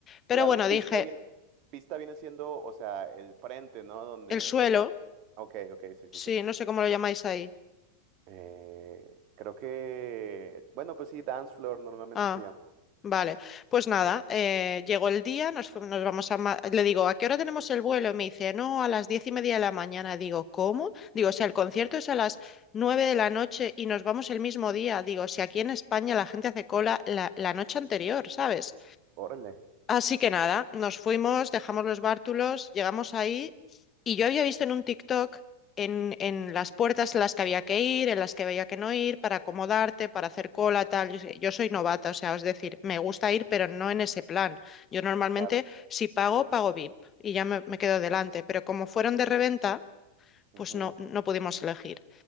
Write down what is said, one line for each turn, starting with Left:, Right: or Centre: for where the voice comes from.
Left: Pero
Right: Claro,
Left: bueno,
Right: pista
Left: dije,
Right: bien, pista viene siendo, o sea, el frente, ¿no? Donde,
Left: el suelo,
Right: ok, ok, sí, sí,
Left: sí,
Right: sí.
Left: no sé cómo lo llamáis ahí.
Right: Eh, creo que, bueno, pues sí, Dance Floor normalmente
Left: Ah,
Right: se llama.
Left: vale. Pues nada, eh, llegó el día, nos, fu- nos vamos a... Ma- Le digo, ¿a qué hora tenemos el vuelo? Y me dice, no, a las diez y media de la mañana. Digo, ¿cómo? Digo, o sea, el concierto es a las nueve de la noche y nos vamos el mismo día. Digo, si aquí en España la gente hace cola la, la noche anterior, ¿sabes?
Right: Órale,
Left: Así que nada, nos fuimos, dejamos los bártulos, llegamos ahí y yo había visto en un TikTok en, en las puertas en las que había que ir, en las que había que no ir, para acomodarte, para hacer cola, tal. Yo sé- yo soy novata, o sea, es decir, me gusta ir, pero no en ese plan. Yo normalmente,
Right: claro.
Left: si pago, pago VIP y ya me, me quedo delante, pero como fueron de reventa,
Right: Ujú.
Left: pues no, no pudimos elegir.